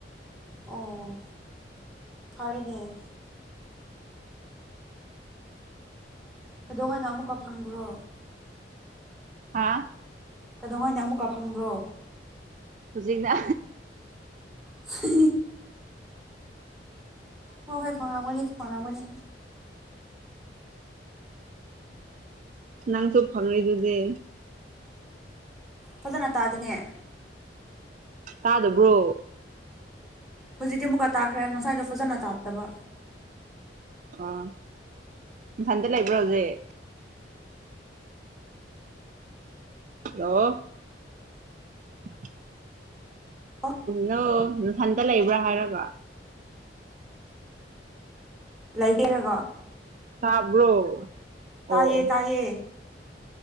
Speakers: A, in the centre; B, on the right.
A: ꯑꯣ ꯐꯔꯦꯅꯦ ꯀꯩꯗꯧꯉꯅ ꯑꯃꯨꯛꯀ ꯐꯪꯕ꯭ꯔꯣ
B: ꯍꯥꯥ
A: ꯀꯩꯗꯧꯉ ꯍꯥꯏꯅ ꯑꯃꯨꯛꯀ ꯐꯪꯕ꯭ꯔꯣ
B: ꯍꯧꯖꯤꯛꯅ
A: ꯍ ꯍꯣꯏ ꯍꯣꯏ ꯐꯪꯔꯝꯒꯅꯤ ꯐꯪꯂꯝꯝꯒꯅꯤ
B: ꯅꯪꯁꯨꯣ ꯐꯪꯗꯨꯗꯤꯦ
A: ꯐꯖꯅ ꯇꯥꯗꯤꯅꯦ
B: ꯇꯥꯗꯕ꯭ꯔꯣ
A: ꯍꯧꯖꯤꯛꯇꯤ ꯑꯃꯨꯛꯀ ꯇꯥꯈ꯭ꯔꯦ ꯉꯁꯥꯏꯗꯣ ꯐꯖꯅ ꯇꯥꯗꯕ
B: ꯑꯣ ꯏꯝꯊꯟꯗ ꯂꯩꯕ꯭ꯔꯣꯖꯤꯦ ꯍꯜꯂꯣ <inaudible>
A: ꯑꯣ
B: ꯗꯣ ꯃꯊꯟꯇ ꯂꯩꯕ꯭ꯔꯥ ꯍꯥꯏꯔꯕ
A: ꯂꯩꯒꯦꯔꯒꯣ
B: ꯇꯥꯕ꯭ꯔꯣ ꯑꯣ
A: ꯇꯥꯏꯌꯦ
B: ꯑꯣ
A: ꯇꯥꯏꯌꯦ